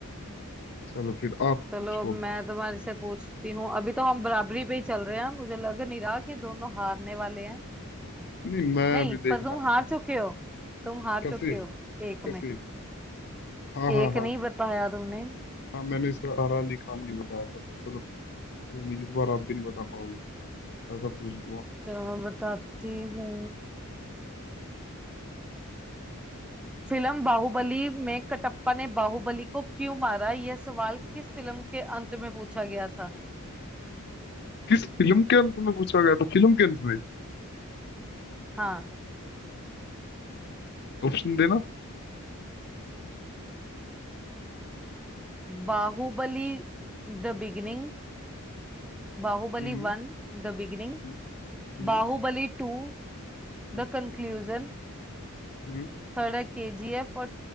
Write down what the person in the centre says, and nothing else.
चलो अब
मैं तुम्हारे से पूछती हूँ अभी तो हम बराबरी पे ही चल रहे हैं मुझे लग नहीं रहा कि दोनों हारने वाले हैं
नहीं
पर तुम हार चुके हो तुम हार
चुके हो एक
में
एक
नहीं बताया तुमने
चलो मैं बताती हूँ फिल्म बाहुबली में कटप्पा ने बाहुबली को क्यों मारा यह सवाल किस फिल्म के अंत में पूछा गया था
हाँ
Baahubali the beginning Baahubali
one the beginning
Baahubali two
the conclusion
Third है केजीएफ और